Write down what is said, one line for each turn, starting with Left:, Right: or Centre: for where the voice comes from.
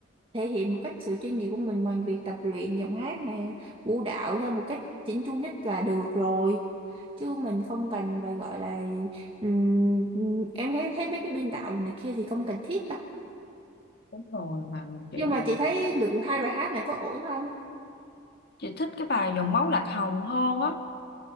Right: thể hiện một cách sự chuyên nghiệp của mình bằng việc tập luyện giọng hát này vũ đạo theo một cách chỉnh chu nhất là được rồi chứ mình không cần phải gọi là ừm, em thấy thấy mấy cái biên đạo này kia thì không cần thiết đâu
Left: Đúng rồi, mà kiểu
Right: nhưng mà chị thấy lượt hai bài hát này có ổn không
Left: chị thích cái bài Dòng máu lạc hồng hơn á